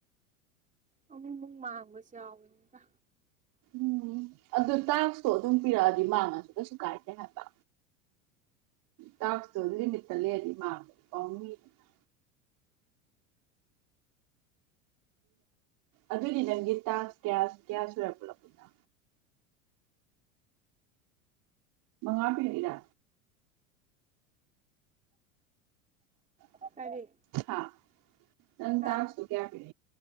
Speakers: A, on the right; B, on the right.
A: ꯑ ꯃꯨ ꯃꯥꯥꯡꯒꯁ ꯀ
B: ꯎꯝ ꯑꯗꯨ ꯇꯥꯣ ꯑꯗꯨꯝ ꯇꯥꯛꯄꯤꯔꯛꯑꯗꯤ ꯃꯥꯡꯉꯁꯨ ꯀꯩꯁꯨ ꯀꯥꯏꯗꯦ ꯍꯥꯏꯕ ꯇꯥꯛꯣ ꯑꯗꯨ ꯂꯤꯃꯤꯠꯇ ꯂꯩꯔꯗꯤ ꯃꯥꯡꯕꯗꯤ ꯄꯥꯎꯅꯤꯗꯅ ꯑꯗꯨꯅꯤ ꯅꯪꯒꯤ ꯇꯥꯁ ꯀ꯭ꯌꯥꯁ ꯀ꯭ꯌꯥ ꯁꯨꯔ ꯄꯨꯂꯛꯄꯅ ꯃꯉꯥꯕꯤꯔ <inaudible>
A: ꯀꯔꯤ
B: ꯍꯥ ꯅꯪ
A: ꯍꯥ
B: ꯇꯥꯁꯁꯨ ꯀꯌꯥ ꯄꯤꯔ